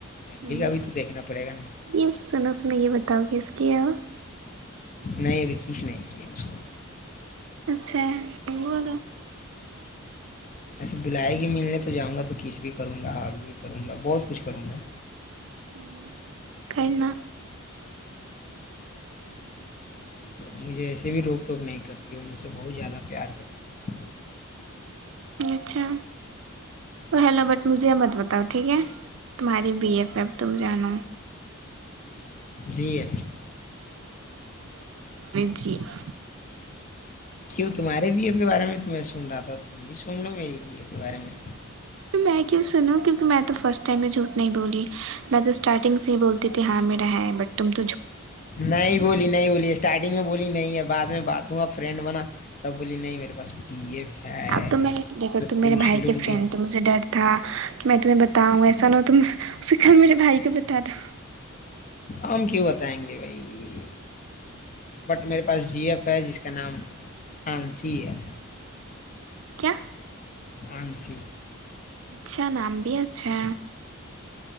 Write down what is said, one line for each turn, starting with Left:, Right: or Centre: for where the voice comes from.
Left: فیملی
Right: ہوں
Left: کا بھی تو دیکھنا پڑے گا نا
Right: یہ سناو سنا یہ بتاؤ کس کی ہے
Left: نہیں اب کیس نہیں کیا ہے مجھ کو
Right: اچھا وال
Left: ایسے بلائے گی ملنے تو جاؤ گا تو کچ بھی کروں گا حگ بھی کروں گا بہت کچھ کروں گا
Right: ہ کیں نہ
Left: مجھے ایسے بھی روک ٹوک نہیں کرتی اور مجھ سے بہت زیادہ پیار کرتی ہے
Right: اچھا تو ہیلو بٹ مجھے مت بتاؤ ٹھیک ہے تمہاری بی ا پ اب تم جانا
Left: جی ایف
Right: جیف
Left: کیوں تمہارے بھی ایف کے بارے میں تو میں سن رہا تھا تم بھی سن لو میری بی ای کے بارے میں
Right: تو میں کیوں سنوں کیوںک میں تو فرسٹ ٹائم میں جھوٹ نہیں بولی میں تو اسٹارٹنگ سے ہی بولتی تھی ہاں میرا ہے بٹ ت
Left: نہیں بولی نہیں بولی اسٹارٹنگ میں بولی نہیں ہے بعد میں باتوں گا فرینڈ بنا تب بولی نہیں میرے پاس پی ایف ہے
Right: اب تو میں
Left: اس
Right: دیکو
Left: سے
Right: تم
Left: پوچھ
Right: میرے بھائی
Left: لوں
Right: کے فرینڈ
Left: گی
Right: تو مجھے ڈر تھا کہ میں تمہیں بتاؤں ایسا نہ ہو تو سے کل میرے بھائی کے بتا دو
Left: ہم کیوں بتائیں گے بھائی بٹ میرے پاس جی ایف ہے جس کا نام آنسی ہے
Right: کیا
Left: فنسی
Right: اچھا نام بھی اچھا